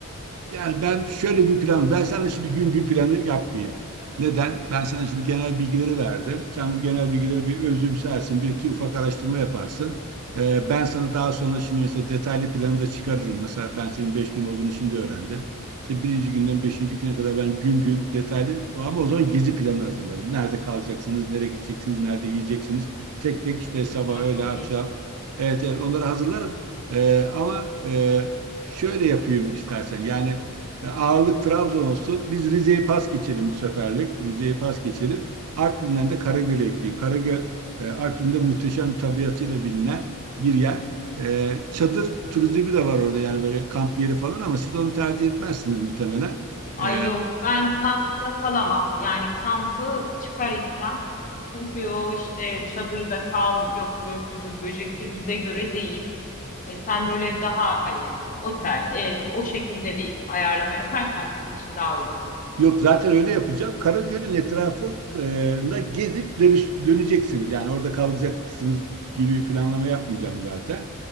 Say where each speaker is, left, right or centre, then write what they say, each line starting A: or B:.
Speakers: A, on the right (about 80°); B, on the left (about 35°).
A: Yani ben şöyle bir plan, ben sana şimdi gün gün planı yapmayayım. Neden? Ben sana şimdi genel bilgileri verdim. Sen bu genel bilgileri bir özümsersin, bir iki ufak araştırma yaparsın. Ee, ben sana daha sonra şimdi mesela detaylı planı da çıkarırım. Mesela ben senin beş gün olduğunu şimdi öğrendim. İşte birinci günden beşinci güne kadar ben gün gün detaylı ama o zaman gezi planı hazırlarım. Nerede kalacaksınız, nereye gideceksiniz, nerede yiyeceksiniz. Tek tek işte sabah,
B: Ha,
A: öğle,
B: çok
A: akşam.
B: iyi.
A: Evet evet onları hazırlarım. Ee, ama e, şöyle yapayım istersen. Yani e, Ağırlık Trabzon olsun. Biz Rize'yi pas geçelim bu seferlik. Rize'yi pas geçelim. Artvin'den de Karagöl'e ekleyeyim. Karagöl e, Artvin'de muhteşem bir tabiatıyla bilinen bir yer. E, Çadır turizmi de var orada yani böyle kamp yeri falan ama siz onu tercih etmezsiniz muhtemelen.
B: Ay
A: E,
B: yok ben kampta kalamam. Yani kampı çıkar istem. Çünkü o işte çadırda kal yok börtüdür böcektir bize göre değil. E, sen böyle daha hani otel ev o şekilde bir ayarlama yaparsan bizim için daha uygun olur.
A: Yok zaten öyle yapacağım. Karagöl'ün etrafında gezip dönüş, döneceksiniz. Yani orada kalacaksınız gibi bir planlama yapmayacağım zaten.